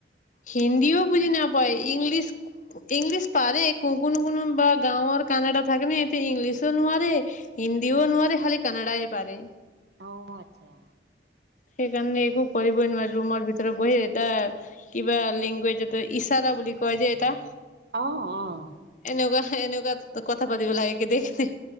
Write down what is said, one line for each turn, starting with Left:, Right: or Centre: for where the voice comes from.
Left: হিন্দীও বুজি নাপায় ইংলিছ কো- ইংলিছ পাৰে। কো, কোনো, কোনোবা গাঁৱৰ কানাডা থাকেনা সিহঁতি ইংলিছো নোৱাৰে হিন্দীও নোৱাৰে, খালি কানাডাই পাৰে।
Right: অঁহ' আচ্ছা!
Left: সেইকাৰণে একো কৰিবই নোৱাৰাৰে ৰুমৰ ভিতৰত বহি এটা কিবা লেংগুৱেজ ইচাৰা বুলি কয় যে এটা
Right: অ', অ'।
Left: এনেকুৱা এনেকুৱা কথা পাতিব লাগে কেতি কেতি